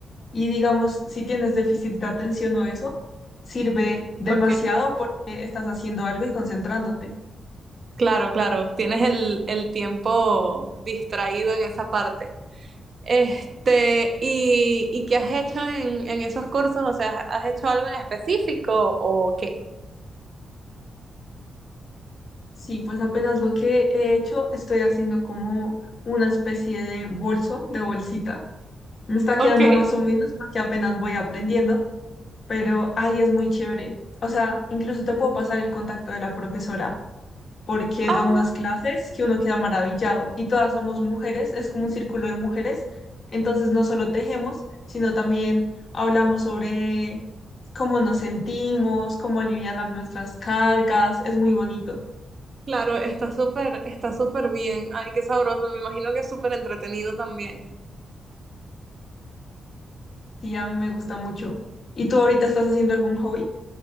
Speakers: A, on the left; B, on the right.
A: y digamos, si tienes déficit de atención o eso, sirve demasiado
B: Ok.
A: porque estás haciendo algo y concentrándote.
B: Claro, claro. Tienes el, el tiempo distraído en esa parte. Este, ¿y, y qué has hecho en, en esos cursos? O sea, ¿has hecho algo en específico o qué?
A: Sí, pues apenas lo que he hecho, estoy haciendo como una especie de bolso, de bolsita. Me está
B: Ok.
A: quedando más o menos porque apenas voy aprendiendo, pero ahí es muy chévere. O sea, incluso te puedo pasar el contacto de la profesora porque
B: Ah,
A: da
B: bueno.
A: unas clases que uno queda maravillado y todas somos mujeres, es como un círculo de mujeres. Entonces no solo tejemos, sino también hablamos sobre cómo nos sentimos, cómo alivianar nuestras cargas, es muy bonito.
B: Claro, está súper, está súper bien. Ay, qué sabroso. Me imagino que es súper entretenido también.
A: Sí, a mí me gusta mucho. ¿Y tú ahorita estás haciendo algún hobby?